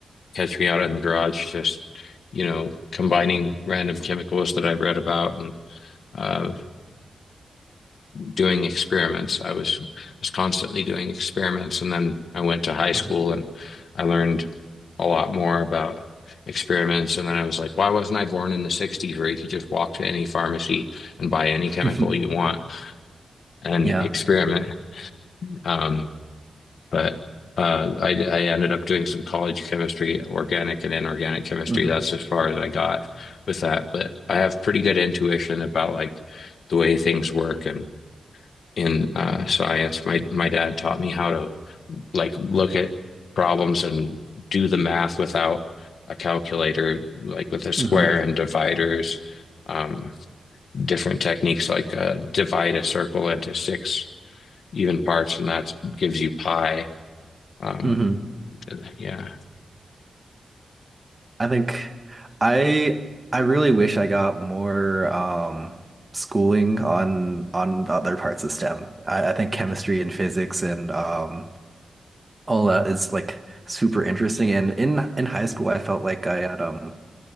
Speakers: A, on the left; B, on the right.
A: Catch Me Out in the Garage, just, you know, combining random chemicals that I've read about and uh, doing experiments. I was was constantly doing experiments, and then I went to high school
B: hmm
A: and I learned a lot more about experiments. And then I was like, why wasn't I born in the 60s where you could just walk to any pharmacy and buy any
B: <laughs>
A: chemical you want and
B: Yeah.
A: experiment? Um, But uh, I, I ended up doing some college chemistry, organic and inorganic chemistry.
B: hmm
A: That's as far as I got with that. But I have pretty good intuition about like the way things work and in uh, science. My my dad taught me how to like look at problems and do the math without a calculator, like with a square
B: hmm
A: and dividers, um, different techniques like uh, divide a circle into six even parts, and that gives you pi. Um,
B: hmm
A: yeah.
B: I think I I really wish I got more um schooling on on the other parts of STEM. I, I think chemistry and physics and um all that is like super interesting. And in in high school I felt like I had um